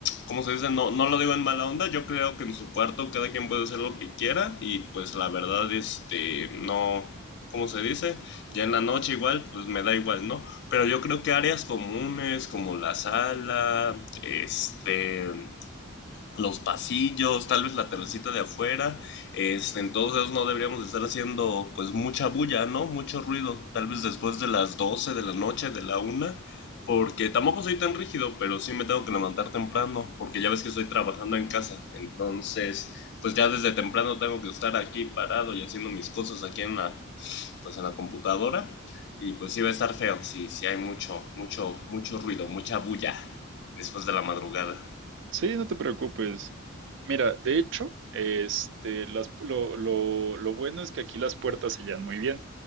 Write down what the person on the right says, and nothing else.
Sí, no te preocupes. Mira, de hecho, este, las, lo, lo, lo bueno es que aquí las puertas sellan muy bien.